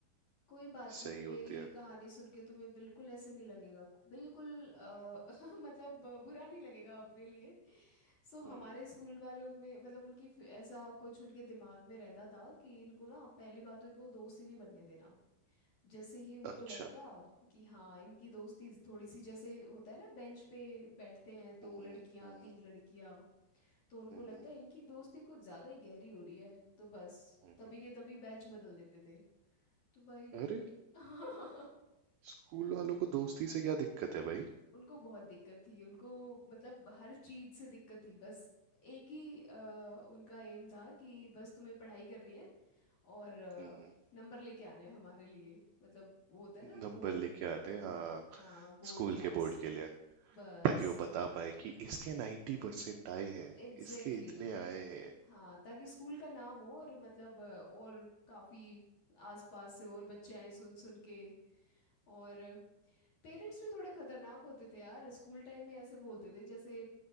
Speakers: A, on the left (about 55°); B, on the right (about 85°).
A: कोई बात नहीं
B: सही
A: मेरी
B: होती है
A: कहानी सुन के तुम्हें बिल्कुल ऐसे नहीं लगेगा बिल्कुल अ, <laughs> मतलब अ, बुरा नहीं लगेगा अपने लिए सो
B: हम्म
A: हमारे स्कूल वालों में मतलब उनकी फि- ऐसा कुछ उनके दिमाग में रहता था कि इनको ना पहली बात तो इनको दोस्त ही नहीं बनने देना जैसे ही उनको
B: अच्छा
A: लगता कि हाँ इनकी दोस्ती थोड़ी सी जैसे होता है ना बेंच पे बैठते हैं दो
B: हम्म
A: लड़कियां
B: हम्म
A: तीन लड़कियां तो उनको
B: हम्म
A: लगता
B: हम्म
A: है इनकी दोस्ती कुछ ज्यादा ही गहरी हो रही है तो बस
B: हम्म, हम्म।
A: तभी के तभी बेंच बदल देते थे तो भाई
B: अरे
A: <laughs>
B: स्कूल वालों को दोस्ती से क्या दिक्कत है भाई
A: उनको बहुत दिक्कत थी उनको मतलब हर चीज से दिक्कत थी बस एक ही अ, उनका एम था कि बस तुम्हें पढ़ाई करनी है और अ,
B: हम्म
A: नंबर लेके आने हैं हमारे लिए मतलब वो होता है ना
B: नंबर
A: बोर्ड
B: लेके आते हैं हाँ
A: हाँ बोर्ड
B: स्कूल
A: क्लास
B: के बोर्ड के लिए
A: बस
B: ताकि वो बता पाए कि इसके 90% आए हैं
A: Exactly
B: इसके इतने
A: exactly,
B: आए हैं
A: हाँ ताकि स्कूल का नाम हो और मतलब अ, और काफी आसपास से और बच्चे आए सुन सुन के और पेरेंट्स भी थोड़े खतरनाक होते थे यार स्कूल टाइम में ऐसे बोलते थे जैसे अ,